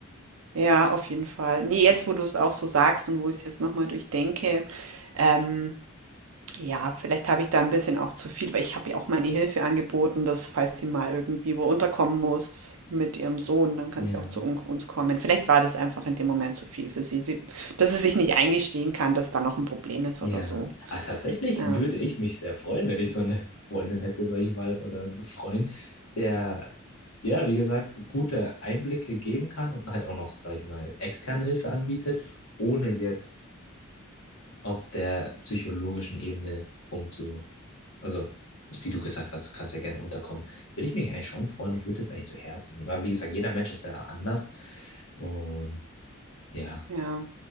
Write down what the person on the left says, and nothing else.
Ja,
ja.
Ah, tatsächlich
würde ich mich sehr freuen, wenn ich so eine Freundin hätte, sag ich mal, oder einen Freund, der, ja, wie gesagt, gute Einblicke geben kann und halt auch noch, sag ich mal, externe Hilfe anbietet, ohne jetzt auf der psychologischen Ebene umzu, also wie du gesagt hast, kannst ja gerne unterkommen, würde ich mich eigentlich schon freuen. Ich würde das eigentlich zu Herzen nehmen. Aber wie gesagt, jeder Mensch ist ja anders und ja,